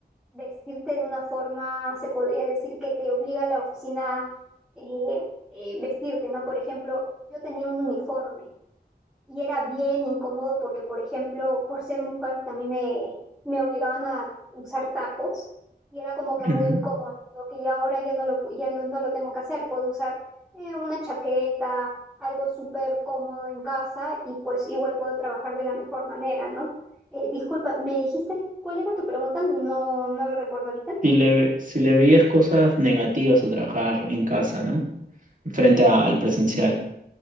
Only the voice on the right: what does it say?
Ujú.
Si le, ve- si le veías cosas negativas a trabajar en casa, ¿no? Frente al presencial.